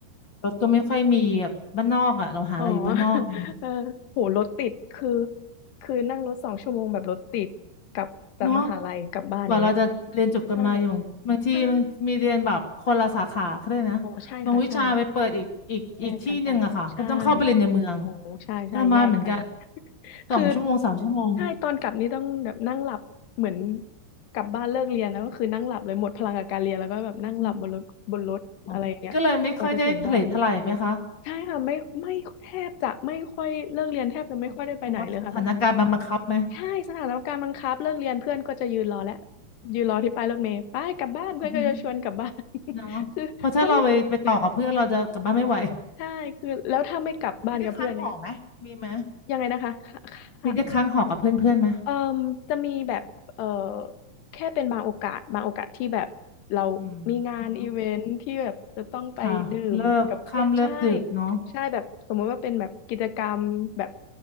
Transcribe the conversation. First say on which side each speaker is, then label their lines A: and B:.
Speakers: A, on the left; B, on the left.
A: รถก็ไม่ค่อยมีแบบบ้านนอกอ่ะเราหาอะไรอยู่บ้านนอกอะไรอย่างเงี้ย
B: อ๋อ <laughs> เออโห รถติดคือคือนั่งรถสองชั่วโมงแบบรถติดกลับจากมหาลัยกลับบ้านอย่างเงี้ย
A: เนาะ กว่าเราจะเรียนจบกันมาอย่างบางทีมันมีเรียนแบบคนละสาขาก็ได้นะบางวิชาไปเปิดอีกอีกอีกที่หนึ่งอะค่ะก็ต้องเข้าไปเรียนในเมือง
B: ใช่ใช่โอ้ใช่ค่ะใช่แยกกันไปใช่โอ้ใช่ใช่แยกกัน
A: ทระมานเหมือนกัน
B: คือ
A: สองชั่วโมงสามชั่วโมง
B: ใช่ตอนกลับนี่ต้องแบบนั่งหลับเหมือนกลับบ้านเลิกเรียนแล้วก็คือนั่งหลับเลยหมดพลังกับการเรียนแล้วก็แบบนั่งหลับบนรถบนรถอะไรอย่างเงี้ยกว่าจะถึงบ้าน
A: อมอ๋ออย่างนี้ก็เลยไม่ค่อยได้ทะเลทลายไหมคะ
B: ใช่ค่ะไม่ไม่แทบจะไม่ค่อยเลิกเรียนแทบจะไม่ค่อยได้ไปไหนเลยค่ะแบบ
A: อ๋อเพราะว่าสถานการณ์มันบังคับไหม
B: ใช่สถานการณ์บังคับเลิกเรียนเพื่อนก็จะยืนรอแล้วยืนรอที่ป้ายรถเมล์ไปายกลับบ้านเพื่อนก็จะชวนกลับบ้าน
A: อือหือเนาะเพราะถ้าเราไปไปต่อกับเพื่อนเราจะกลับบ้านไม่ไหว
B: <laughs> คือถ้าไม่ใช่ใช่คือแล้วถ้าไม่กลับบ้านกับเพื่อนอย่างเงี้ย
A: มีที่ค้างหอไหมมีไหม
B: ยังไงนะคะค
A: มีได้ค้างหอกับเพื่อนเพื่อนไหม
B: ่ะ เอ่อจะมีแบบเอ่อแค่เป็นบางโอกาสบางโอกาสที่แบบเรามีงานอีเวนท์ที่แบบจะต้องไปดื่มกับเพื่อนใช่
A: อืมอืมค่ะเลิกค่ำเลิกดึกเนาะ
B: ใช่แบบสมมุติว่าเป็นแบบกิจกรรมแบบ